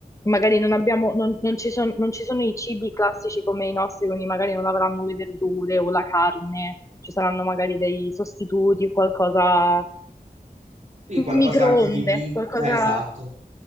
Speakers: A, on the left; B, on the right.
A: magari non abbiamo, non, non ci son- non ci sono i cibi classici come i nostri, quindi magari non avranno le verdure o la carne, ci saranno magari dei sostituti, qualcosa,
B: Sì, qualcosa
A: microonde,
B: anche di liqui
A: qualcosa,
B: eh, esatto.